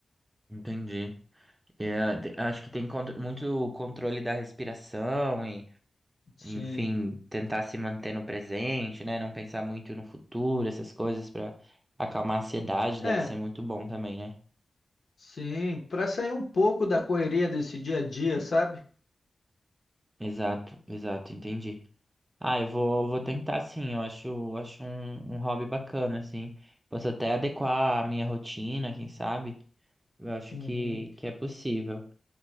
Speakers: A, on the right; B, on the left.
A: Entendi. É, te- acho que tem contro- muito controle da respiração e,
B: Sim.
A: enfim, tentar se manter no presente, né? Não pensar muito no futuro, essas coisas para acalmar a ansiedade,
B: É,
A: deve ser muito bom também, né?
B: sim, para sair um pouco da correria desse dia a dia, sabe?
A: Exato, exato, entendi. Ah, eu vou, vou tentar sim, eu acho, acho um, um hobby bacana, assim. Posso até adequar a minha rotina, quem sabe? Eu acho
B: Uhum.
A: que, que é possível.